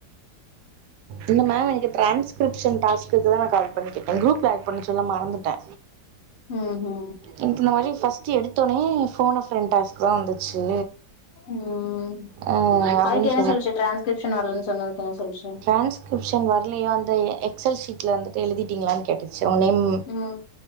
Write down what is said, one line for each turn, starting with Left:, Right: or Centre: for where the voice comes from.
Right: இந்த மேம் எனக்கு டிரான்ஸ்கிப்ஷன் டாஸ்குகுதா நா கால் பண்ணிக்கேட்டே குரூப்ல ஆட் பண்ண சொல்ல மறந்துட்டே
Left: ம்ஹு
Right: எனக்கு இந்த மாரி பஸ்ட் எடுத்தவுனெ போனோப்ரெண்ட் டாஸ்குதா வந்துச்சு
Left: ம்
Right: அ அப்டின்னு
Left: அதுக்கு என்ன சொல்லுச்சு டிரான்ஸ்கிரிப்ஷன் வரலன் சொன்னதுக்கு என்ன சொல்ச்சு
Right: ட்ரான்ஸ்கிரிப்ஷன் வர்லையோ அந்த எக்ஸல் ஷீட்ல வந்துட்டு எழுதிட்டிங்களான் கேட்டுச்சு உங்க நேம்
Left: ம்